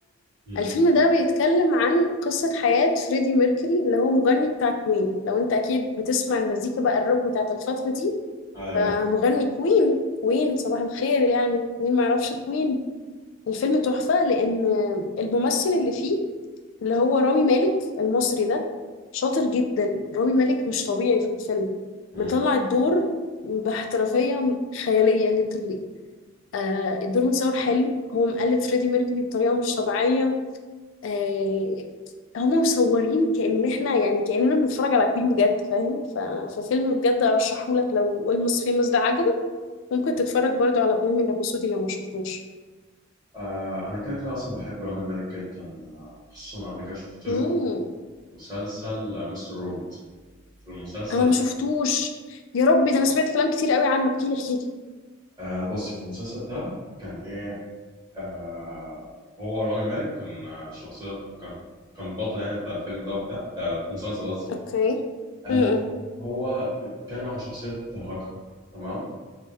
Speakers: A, on the right (about 20°); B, on the left (about 75°).
A: مم.
B: الفيلم ده بيتكلم عن قصة حياة فريدي ميركوري اللي هو مغني بتاع كوين لو انت اكيد بتسمع المزيكا بقى الروك بتاعت الفترة دي
A: ايوه
B: فمغني كوين كوين صباح الخير يعني مين معرفش كوين الفيلم تحفة لأن الممثل اللي فيه اللي هو رامي مالك المصري ده شاطر جدا رامي مالك مش طبيعي في الفيلم
A: مم.
B: مطلع الدور باحترافية خيالية ليترلي آه الدور متصور حلو هو مقلد فريدي ميركوري بطريقة مش طبيعية آه، هما مصورين كأن احنا يعني كأننا بنتفرج على فيلم بجد فاهم ف... ففيلم بجد ارشحهولك لو اولموست فيموس ده عجبك ممكن تتفرج برضو على بوهيميان رابسودي لو ما شفتوش
A: آه انا كده كده اصلا بحب رامي مالك جدا آه، خصوصا قبل كده شفت له
B: مم.
A: مسلسل آه، مستر روبوت في المسلسل
B: انا ما شفتوش
A: ده
B: يا ربي ده انا سمعت كلام كتير قوي عنه احكي لي احكي لي
A: آه بصي في المسلسل ده كان ايه آه هو رامي مالك كان آه، شخصية كان كان البطل يعني بتاع الفيلم ده وبتاع آه المسلسل قصدي
B: اوكي
A: آه
B: امم
A: هو بيتكلم عن شخصية هاكر تمام